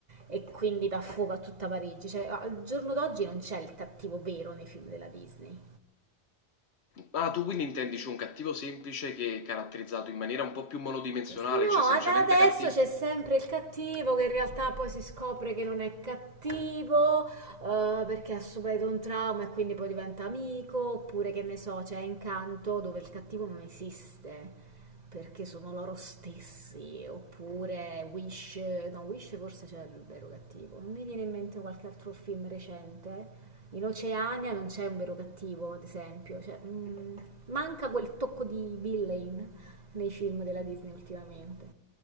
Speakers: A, on the right; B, on the left.
A: e quindi dà fuoco a tutta Parigi. Cioè, al giorno d'oggi non c'è il cattivo vero nei film della Disney.
B: Ah, tu quindi intendi c'è un cattivo semplice che è caratterizzato in maniera un po' più monodimensionale,
A: No,
B: cioè semplicemente
A: ad- adesso
B: cattivo?
A: c'è sempre il cattivo che in realtà poi si scopre che non è cattivo, eh, perché ha subito un trauma e quindi poi diventa amico, oppure che ne so, c'è Incanto dove il cattivo non esiste, perché sono loro stessi, oppure Wish, no, Wish forse c'è il vero cattivo. Non mi viene in mente qualche altro film recente. In Oceania non c'è un vero cattivo, ad esempio, cioè, mm, manca quel tocco di villain nei film della Disney ultimamente.